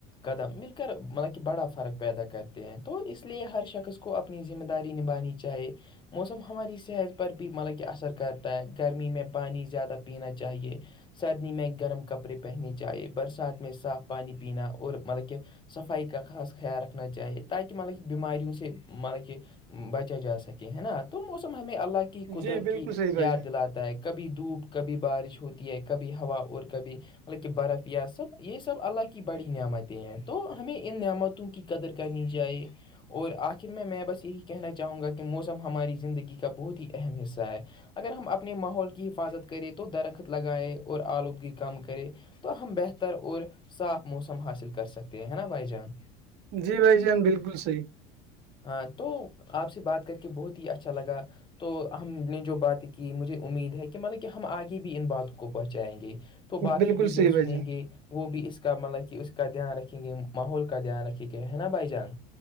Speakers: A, on the left (about 25°); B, on the right (about 55°).
A: قدم مل کر مطلب کہ بڑا فرق پیدا کرتے ہیں تو اس لیے ہر شخص کو اپنی ذمہ داری نبانی چاہیے چاہے موسم ہماری صحت پر بھی مطلب کہ اثر کر تو گرمی میں پانی زیادہ پینا چاہیے سردی میں گرم کپڑے پہننے چاہیے برسات میں صاف پانی پینا اور مطلب کہ صفائی کا خاص خیال رکھنا چاہیے تاکہ مطلب کہ بیماریوں سے مطلب کہ بچا جا سک سکے ہے نا تو موسم ہمیں اللہ کی قدرت
B: جی بالکل
A: کی
B: صحیح بھائی
A: یاد
B: جان
A: دلاتا ہے کہ کبھی دھوپ کبھی بارش ہوتی ہے کبھی ہوا اور کبھی مطلب کہ برف سب یہ سب اللہ کی بڑی نعمتیں ہیں تو ہمیں ان نعمتوں کی قدر کرنی چائے اور آخر میں میں بس یہی کہنا چاہوں گا کہ موسم ہماری زندگی کا بہت ہی اہم حصہ ہے اگر ہم اپنے ماحول کی حفاظت کریں تو درخت لگائیں اور آلودگی کم کرے تو ہم بہتر اور صاف موسم حاصل کر سکتے ہیں ہے نا بھائی جان
B: جی بھائی جان بالکل صحیح
A: ہاں تو آپ سے بات کر کے بہت ہی اچھا لگا تو ہم نے جو باتیں کی مجھے امید ہے کہ مطلب کہ ہم آگے بھی ان باتوں کو پہنچائیں گے تو باقی
B: بالکل
A: بھی
B: صحیح
A: جب
B: بھائی
A: سنیں
B: جان
A: گے وہ بھی اس کا مطلب کہ اس کا دھیان رکھیں گے ماحول کا دھیان رکھیں گے ہے نا بھائی جان